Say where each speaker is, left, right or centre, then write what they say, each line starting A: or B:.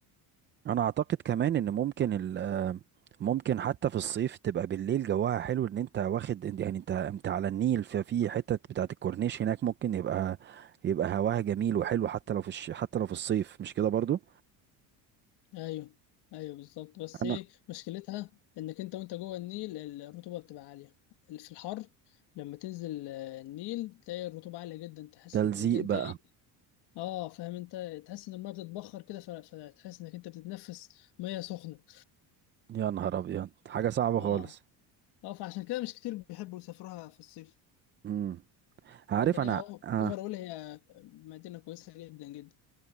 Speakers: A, on the right; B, on the left.
A: أنا أعتقد كمان إن ممكن ال... ممكن حتى في الصيف تبقى بالليل جواها حلو إن أنت واخد يعني أنت أنت على النيل ففي حتة بتاعة الكورنيش هناك ممكن يبقى يبقى هواها جميل وحلو حتى لو في الش... حتى لو في الصيف مش كده برضو
B: ايوه ايوه بالظبط بس
A: انا
B: ايه مشكلتها انك انت وانت جوه النيل الرطوبه بتبقى عاليه في الحر لما تنزل آه، النيل تلاقي الرطوبه عاليه جدا تحس
A: تلزيق
B: انك انت
A: بقى
B: ايه اه فاهم انت تحس ان الميه بتتبخر كده ف- فتحس انك انت بتتنفس ميه سخنه
A: يا نهار ابيض حاجه صعبه
B: اه
A: خالص
B: اه فعشان كده مش كتير بيحبوا يسافروها في الصيف
A: امم عارف
B: لكن
A: انا
B: هي
A: آه.
B: اوفر اول هي مدينه كويسه جدا جدا